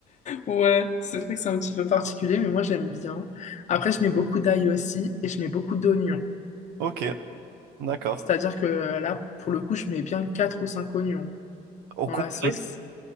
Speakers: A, on the left; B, on the right.
A: Ouais, c'est vrai que c'est un petit peu particulier, mais moi j'aime bien. Après, je mets beaucoup d'ail aussi et je mets beaucoup d'oignons.
B: Ok, d'accord.
A: C'est-à-dire que là, pour le coup, je mets bien 4 ou 5 oignons
B: Au
A: dans
B: complet?
A: la sauce.